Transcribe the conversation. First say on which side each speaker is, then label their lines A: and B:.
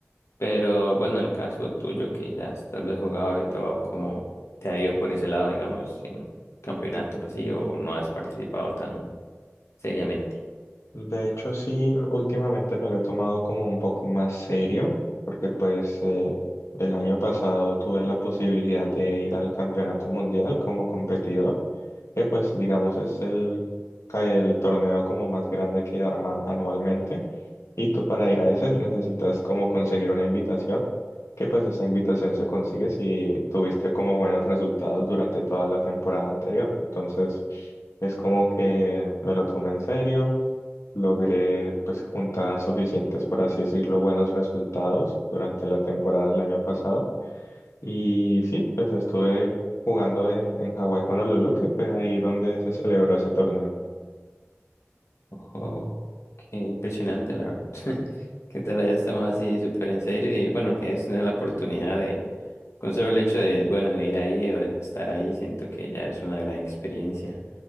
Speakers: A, on the left; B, on the left.
A: Pero bueno, el caso tuyo que ya has tal vez jugado y todo, ¿cómo te ha ido por ese lado, digamos, en campeonatos así o no has participado tan seriamente?
B: De hecho, sí, últimamente me lo he tomado como un poco más serio, porque pues eh, el año pasado tuve la posibilidad de ir al Campeonato Mundial como competidor, que pues digamos es el, el torneo como más grande que arman anualmente. Y tú para ir a ese necesitas como conseguir una invitación, que pues esa invitación se consigue si tuviste como buenos resultados durante toda la temporada anterior. Entonces es como que me lo tomé en serio logré pues juntar suficientes, por así decirlo, buenos resultados durante la temporada del año pasado. Y sí, pues estuve jugando en, en Hawái Honolulu, que fue ahí donde se celebró ese torneo.
A: Ojo, qué impresionante, la verdad. <laughs> Que te la hayas tomado así súper en serio y bueno, que es tener la oportunidad de, con solo el hecho de, bueno, de ir ahí o de estar ahí, siento que ya es una gran experiencia.